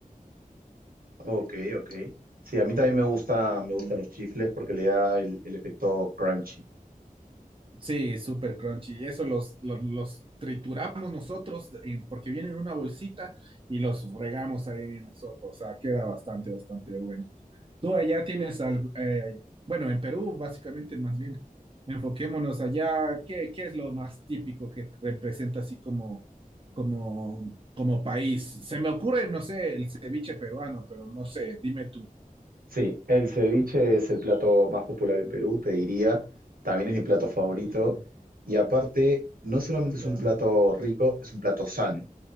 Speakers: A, on the right (about 80°); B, on the right (about 35°).
A: Ok, ok. Sí, a mí también me gusta, me gustan
B: Yeah.
A: los chifles porque le da el, el efecto crunchy.
B: Sí, súper crunchy. Y eso los, los, los trituramos nosotros eh, porque vienen en una bolsita y los regamos ahí en la sopa. O sea, queda bastante, bastante bueno. Tú allá tienes algo, eh, bueno, en Perú básicamente más bien, enfoquémonos allá, ¿qué, qué es lo más típico que representa así como, como, como país? Se me ocurre, no sé, el ceviche peruano, pero no sé, dime tú.
A: Sí, el ceviche es el plato más popular en Perú, te diría. También es mi plato favorito.
B: Ya,
A: Y aparte, no solamente
B: ya,
A: es un plato rico, es un plato sano.